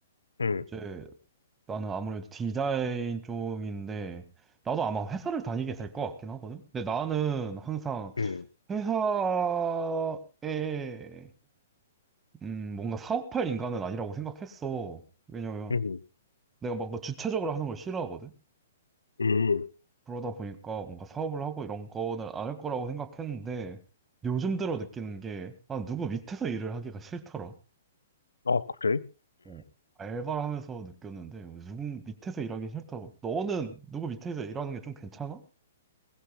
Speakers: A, on the left; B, on the right.
A: 응,
B: 이제 나는 아무래도 디자인 쪽인데 나도 아마 회사를 다니게 될 것 같긴 하거든. 근데 나는 항상
A: 응,
B: 회사에 음, 뭔가 사업할 인간은 아니라고 생각했어. 왜냐면
A: 응,
B: 내가 뭔가 주체적으로 하는 걸 싫어하거든?
A: 응.
B: 그러다 보니까 뭔가 사업을 하고 이런 거는 안 할 거라고 생각했는데 요즘 들어 느끼는 게 아, 누구 밑에서 일을 하기가 싫더라.
A: 아, 그래?
B: 어. 알바를 하면서 느꼈는데 누구 밑에서 일하기 싫다고. 너는 누구 밑에서 일하는 게 좀 괜찮아?